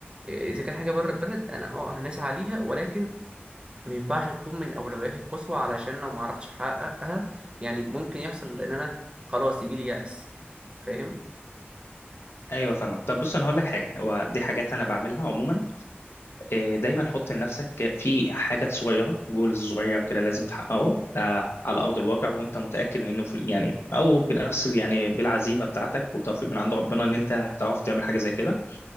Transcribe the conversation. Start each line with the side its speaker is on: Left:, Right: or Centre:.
Right: آه اذا كان حاجه بره البلد انا اه هنسعى ليها ولكن ما ينفعش تكون من اولوياتي القصوى علشان لو ما عرفتش احققها يعني ممكن يحصل ان انا خلاص يجي لي يأس فاهم
Left: ايوه فاهمك طب بص انا هقول لك حاجه هو دي حاجات انا بعملها عموما آه، دايما حط لنفسك في حاجات صغيره جولز صغير كده لازم تحققه ده على ارض الواقع وانت متاكد منه في يعني او بنفس ال- يعني بالعزيمه بتاعتك وتوفيق من عند ربنا ان انت هتعرف تعمل حاجه زي كده